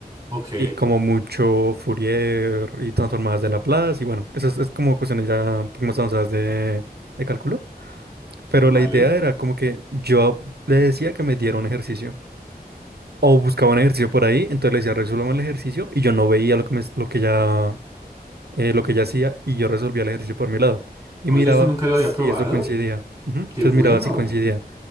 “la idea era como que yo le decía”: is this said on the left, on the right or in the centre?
Right